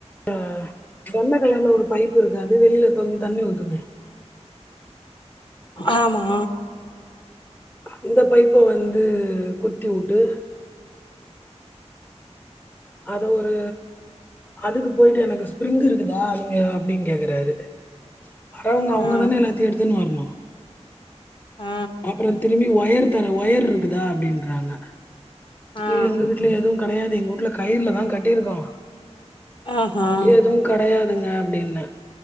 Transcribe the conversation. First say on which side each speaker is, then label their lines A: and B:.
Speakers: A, on the left; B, on the left.
A: ஹ தண்டக்கல்ல ஒரு பைப்பு இருக்கு அது வெளில தொங்கி தண்ணி ஊத்துமே
B: ஆமா
A: அந்த பைப்ப வந்து குத்தி வுட்டு அத ஒரு அதுக்கு போயிட்டு எனக்கு ஸ்பிரிங்க் இருக்குதா நீங்க அப்டின்னு கேக்குறாரு வரவங்க
B: ஆ
A: அவுங்கதானே எல்லாத்தையு எடுத்துன்னு வரணு
B: ஆ
A: அப்றோ திரும்பி ஒயர் தர ஒயர் இருக்குதா அப்டின்றாங்க ஐயோ
B: ஆ
A: எங்க வீட்ல எதுவு கெடையாது எங்க வூட்ல கயிருலதா கட்டிருக்கோ
B: ஆஹா
A: எதுவு கிடையாதுங்க அப்டின்ன